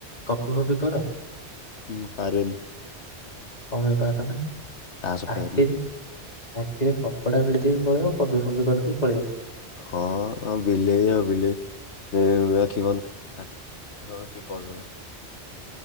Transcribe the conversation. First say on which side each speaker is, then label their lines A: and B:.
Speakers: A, on the left; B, on the left.
A: କପି ଫପି କର?
B: ମୁଁ ପାରୁନି।
A: କଣ ପାଇଁ ପରୁନା
B: ତାସ ପାରେନି
A: ଆଖିରେ। ଆଖିରେ କପଡା ଭିଡି ଦେଇକି ପଳେଇବ <unintelligible> କରିଦେଇ ପଳେଇ ଆସିବ।
B: ହଁ ବିଲେଇ ଆଉ ବିଲେଇ ଆଖିବନ ଆଖି ହଁ କିଏ କଲ କଲେ ।